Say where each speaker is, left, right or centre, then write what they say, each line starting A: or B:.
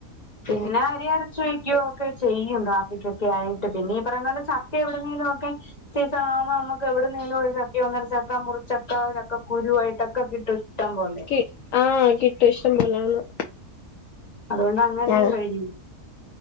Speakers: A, on the left; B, on the left.
A: പിന്നെ അരി അരച്ച് വെക്കുവോക്കെ ചെയ്യും, കാപ്പിക്കൊക്കെ ആയിട്ട്, പിന്നെ, ഈ, പറയുന്നണ്ട് ചക്ക, എവിടുന്നേലും, ഒക്കെ സീസൺ, ആവുമ്പോ, നമ്മുക്ക് എവിടുന്നേലും, ഒരു, ചക്ക, ഒന്നര ചക്ക, മുറിച്ചക്ക, ചക്കകുരു ആയിട്ടൊക്കെ, കിട്ടും. ഇഷ്ടം പോലെ
B: ക്ക്‌ ആഹ് കിട്ടും ഇഷ്ടം പോലാന്ന്
A: അതുകൊണ്ട് അങ്ങനെയും
B: ഞ
A: കഴിഞ്ഞു